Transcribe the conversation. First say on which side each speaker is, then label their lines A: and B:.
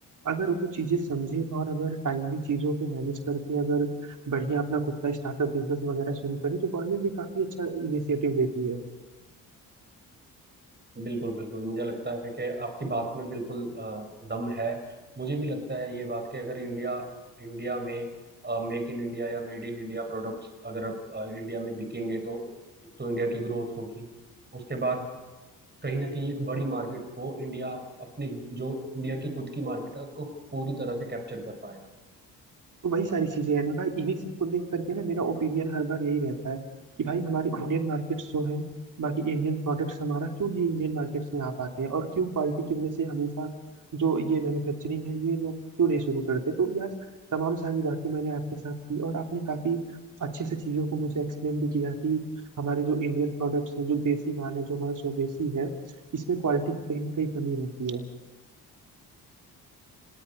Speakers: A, on the right; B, on the right.
A: अगर वो चीजें समझे और अगर टाइमली चीजों पे मैनेज करके अगर बढ़िया अपना खुद का स्टार्टअप बिजनेस वगैरह शुरू करे तो गवर्नमेंट भी काफी अच्छा इनिशिएटिव लेती है
B: बिल्कुल बिल्कुल मुझे लगता है कि आपकी बात में बिल्कुल अ, दम है मुझे भी लगता है ये बात कि अगर इंडिया इंडिया में मेक इन इंडिया या मेड इन इंडिया प्रोडक्ट्स अगर आप अ, इंडिया में बिकेंगे तो तो इंडिया की ग्रोथ होगी उसके बाद कहीं ना कहीं एक बड़ी मार्केट को इंडिया अपने जो इंडिया की खुद की मार्केट है उसको पूरी तरह से कैप्चर कर पाएगा
A: तो वही सारी चीजें हैं ना भाई इन्हीं सबको देख करके ना मेरा ओपिनियन हर बार यही रहता है कि भाई हमारे इंडियन मार्केट्स जो है बाकी इंडियन प्रोडक्ट्स हमारा क्यों नहीं इंडियन मार्केट्स में आ पाते हैं और क्यों क्वालिटी की वजह से हमेशा जो ये मैन्युफैक्चरिंग है ये लोग क्यों नहीं शुरू करते तो यार तमाम सारी बातें मैंने आपके साथ की और आपने काफी अच्छे से चीजों को मुझे एक्सप्लेन भी किया कि हमारे जो इंडियन प्रोडक्ट्स हैं जो देसी माल है जो हमारा स्वदेशी है इसमें क्वालिटी की कहीं ना कहीं कमी रहती है